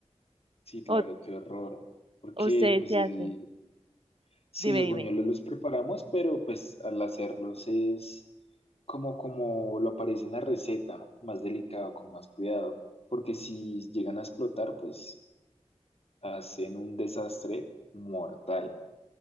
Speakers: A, on the left; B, on the right.
A: Sí, claro,
B: O,
A: qué horror. Porque
B: o ustedes
A: pues
B: se
A: el,
B: hacen.
A: sí,
B: Dime,
A: los
B: dime.
A: buñuelos los preparamos, pero pues al hacerlos es como, como lo aparece en la receta, más delicado, con más cuidado. Porque si llegan a explotar, pues hacen un desastre mortal.